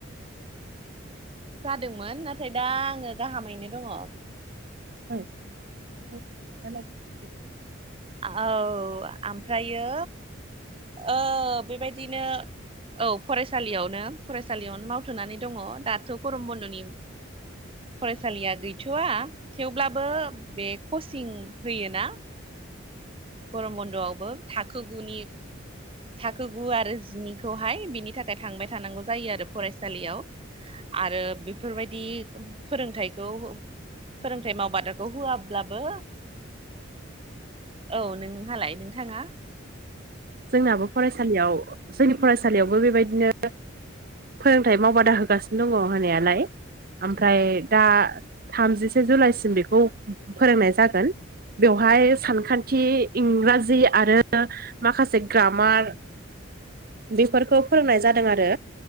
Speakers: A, on the right; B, on the right.
A: जादोंमोन नाथाय दा आङो गाहामैनो दङ।
B: <unintelligible>
A: औ आमफ्रायो ओ बेबायदिनो औ फरायसालियावनो फरायसालियावनो मावथ'नानै दङ दाथ' गरम बन्द'नि फरायसालिया गैथ'आ थेवब्लाबो बे कचिं होयोना गरम बन्द'आवबो थाखो गुनि थाखो गु आरो जिनिखौहाय बिनि थाखाय थांबाय थानांगौ जायो आरो फरायसालियाव आरो बेफोरबायदि फोरोंथाइखौ फोरोंथाइ मावबादाखौ होआब्लाबो औ नोंहालाय नों थाङा।
B: जोंनाबो फरायसालियाव जोंनि फरायसालियावबो बेबायदिनो फोरोंथाइ मावबादा होगासिनो दङ होनायालाय। ओमफ्राय दा थामजिसे जुलाइसिम बेखौ फोरोंनाय जागोन बेवहाय सानखान्थि इंराजि आरो माखासे ग्रामार बेफोरखौ फोरोंनाय जादों आरो